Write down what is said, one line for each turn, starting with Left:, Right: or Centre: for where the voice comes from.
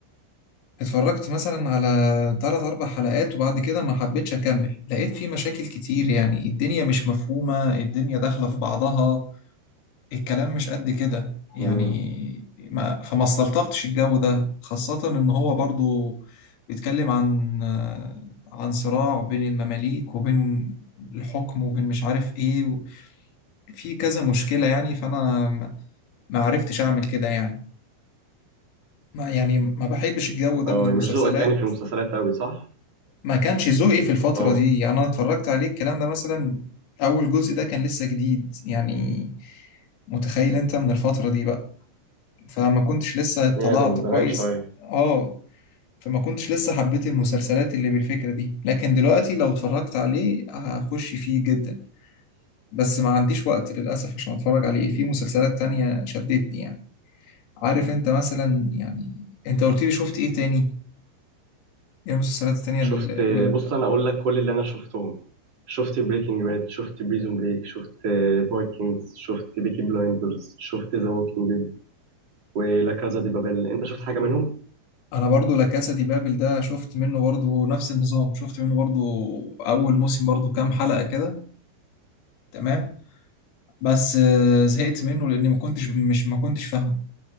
Left: اتفرجت مثلا على 3 4 حلقات وبعد كده ما حبيتش اكمل لقيت فيه مشاكل كتير يعني الدنيا مش مفهومه الدنيا داخله في بعضها الكلام مش قد كده يعني
Right: امم
Left: ما فما استلطفتش الجو ده خاصة إن هو برضو بيتكلم عن آه، عن صراع بين المماليك وبين الحكم وبين مش عارف إيه و- في كذا مشكلة يعني فأنا ما ما عرفتش أعمل كده يعني ما يعني ما بحبش الجو ده
Right: اه
Left: من المسلسلات
Right: مش ذوقك يعني في المسلسلات قوي صح
Left: ما كانش ذوقي في الفترة
Right: اه
Left: دي يعني أنا اتفرجت عليه الكلام ده مثلا أول جزء ده كان لسه جديد يعني متخيل أنت من الفترة دي بقى فما كنتش لسه طلعت
Right: يا ده من زمان
Left: كويس
Right: شويه
Left: اه فما كنتش لسه حبيت المسلسلات اللي بالفكرة دي لكن دلوقتي لو اتفرجت عليه هخش فيه جدا بس ما عنديش وقت للأسف عشان اتفرج عليه في مسلسلات تانية شدتني يعني عارف انت مثلا يعني انت قلت لي شفت ايه تاني ايه المسلسلات التانية
Right: شفت
Left: اللي اللي-
Right: بص انا اقول لك كل اللي انا شفتهم شفت بريكنج باد شفت بريزون بريك شفت فايكنجز شفت بيكي بلايندرز شفت ذا ووكينج ديد ولا كازا دي بابل انت شفت حاجه منهم
Left: انا برضو لا كاسا دي بابل ده شفت منه برضو نفس النظام شفت منه برضو اول موسم برضو كام حلقة كده تمام بس آه، زهقت منه لاني ما كنتش مش ما كنتش فاهمه